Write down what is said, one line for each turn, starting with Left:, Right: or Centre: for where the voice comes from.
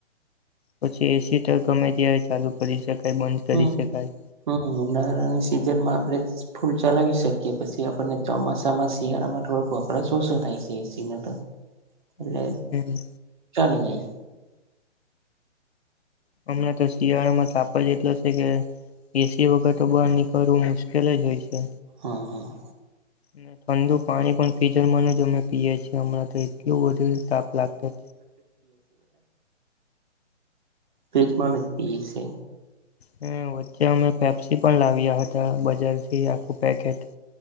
Left: પછી એસી તો ગમે ત્યારે ચાલુ કરી શકાય બંધ કરી
Right: હમ
Left: શકાય.
Right: હમ ઉનાળાની સિઝનમાં આપડે ફૂલ ચલાવી શકીએ પછી આપણને ચોમાસામાં શિયાળામાં થોડોક વપરાશ ઓછો થાય છે એસી ન તો.
Left: હમ
Right: એટલે ચાલી જાય.
Left: હમણાં તો શિયાળામાં તાપ જ એટલો છે કે. એસી વગર તો બહાર નીકળવું મુશ્કેલ જ હોય છે.
Right: હા હા.
Left: અને ઠંડુ પાણી પણ ફિઝરમાંનું જ અમે પીએ છીએ હમણાં તો એટલું બધું તાપ લાગતો.
Right: ફ્રીજમાંથી પીવે છે.
Left: હ વચ્ચે અમે પેપ્સી પણ લાવ્યા હતા બજારથી આખું પેકેટ.